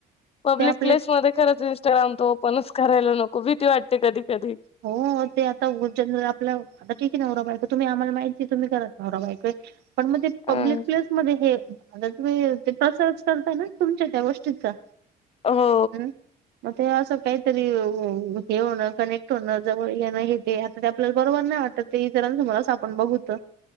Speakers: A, on the left; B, on the right.
A: पब्लिक
B: ते आपले
A: प्लेसमध्येध्ये खरंच इं्स्टाग्राम तो पणच करायला नको भीती वाटते कधी कधी
B: हो ते आता <unintelligible> आपला आता ठीक नवरा बायक तुम्ही आम्हाला माहिती आहे तुम्ही करत नवरा बायक पण मग ते
A: अ
B: पब्लिक प्लेसमध्येध्ये हे आता तुम्ही ते प्रसारच करताय ना तुमच्या त्या गोष्टीचा
A: हो
B: हम्म मग ते असं काहीतरी हे होण कनेक्ट होणं जवळ येण हे आता आपल्याला बरोबर नाही वाटत ते इतर तुमला अस आपण बघूत